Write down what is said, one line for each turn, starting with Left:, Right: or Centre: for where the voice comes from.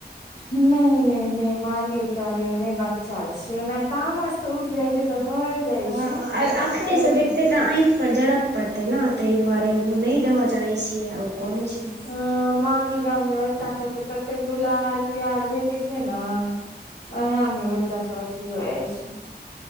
Left: नहि नहि नहि मारियो तारियो नहि बच्चा छै ओ नहि तामस तऽ उठ जाइ छै तऽ भए जाइ
Right: हँ
Left: छै
Right: आर अखने
Left: लेकिन
Right: से देखते तऽ आँखि पर जरब पड़ते ने ताहि दुआरे नहि देबऽ चाहे छीयै आ ओ कोन छै
Left: ह नानी गाममे बच्चा सब के तते दुलार प्यार भेटे छै ने उएह में बच्चा सब हो छै